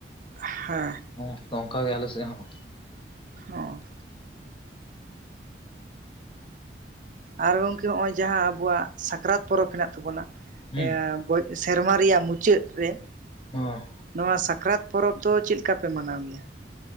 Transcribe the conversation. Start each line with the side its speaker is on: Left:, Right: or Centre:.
Right: ᱦᱮᱸ
Left: ᱦᱚᱸ ᱚᱱᱠᱟ ᱜᱮ ᱟᱞᱮ ᱥᱮᱫ ᱦᱚᱸ
Right: ᱦᱚᱸ ᱟᱨ ᱜᱚᱝᱠᱮ ᱱᱚᱜᱼᱚᱭ ᱡᱟᱦᱟᱸ ᱟᱵᱚᱣᱟᱜ ᱥᱟᱠᱨᱟᱛ ᱯᱚᱨᱚᱵᱽ ᱦᱮᱱᱟᱜ ᱛᱟᱵᱚᱱᱟ
Left: ᱦᱩᱸ
Right: ᱜᱚᱡ ᱥᱮᱨᱢᱟ ᱨᱮᱭᱟᱜ ᱢᱩᱪᱟᱹᱫ ᱨᱮ
Left: ᱦᱮᱸ
Right: ᱱᱚᱣᱟ ᱥᱟᱠᱨᱟᱛ ᱯᱚᱨᱚᱵᱽ ᱫᱚ ᱪᱮᱫ ᱞᱮᱠᱟᱯᱮ ᱢᱟᱱᱟᱣ ᱜᱮᱭᱟ